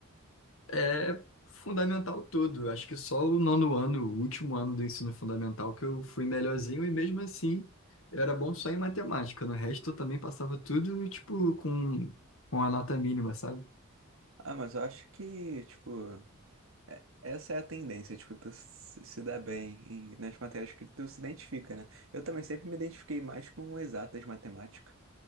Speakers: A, on the left; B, on the right.
A: É fundamental tudo. Acho que só o nono ano, o último ano do ensino fundamental, que eu fui melhorzinho e mesmo assim eu era bom só em matemática. No resto eu também passava tudo, tipo, com, com a nota mínima, sabe?
B: Ah, mas eu acho que, tipo, é- essa é a tendência, tipo, tu se se dá bem em- nas matérias que tu se identifica, né? Eu também sempre me identifiquei mais com exatas matemática.